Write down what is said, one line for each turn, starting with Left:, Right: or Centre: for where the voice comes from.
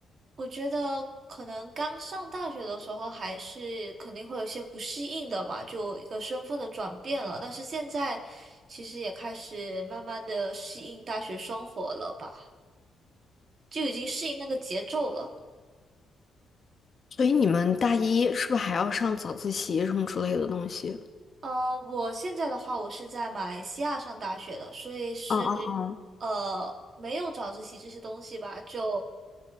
Right: 我觉得可能刚上大学的时候还是肯定会有些不适应的吧，就一个身份的转变了，但是现在其实也开始慢慢的适应大学生活了吧，就已经适应那个节奏了。
Left: 所以你们大一是不是还要上早自习什么之类的东西？
Right: 呃，我现在的话，我是在马来西亚上大学的，所以是
Left: 哦哦哦，
Right: 呃没有早自习这些东西吧，就